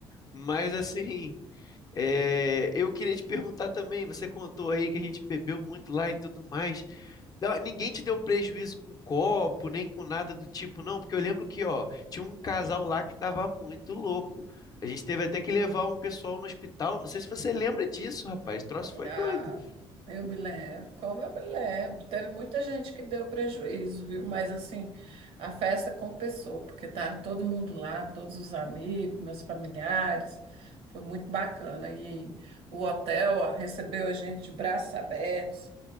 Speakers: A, on the left; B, on the right.
A: Mas assim, é, eu queria te perguntar também, você contou aí que a gente bebeu muito lá e tudo mais. Não, Ninguém te deu prejuízo com copo, nem com nada do tipo, não, porque eu lembro que, ó, tinha um casal lá que tava muito louco. A gente teve até que levar um pessoal no hospital. Não sei se você lembra disso, rapaz. O troço foi
B: Ah,
A: doido.
B: eu me lembro, como eu me lembro. Teve muita gente que deu prejuízo, viu? Mas assim, a festa compensou, porque estava todo mundo lá, todos os amigos, meus familiares. Foi muito bacana. E o hotel ó, recebeu a gente de braços abertos,